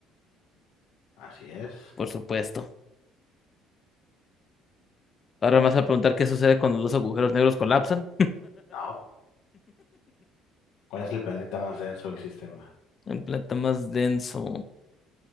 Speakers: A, on the left; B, on the left.
A: Así es.
B: por supuesto. Ahora me vas a preguntar qué sucede cuando dos agujeros negros colapsan.
A: No. ¿Cuál es el planeta más denso del sistema?
B: <laughs> El planeta más denso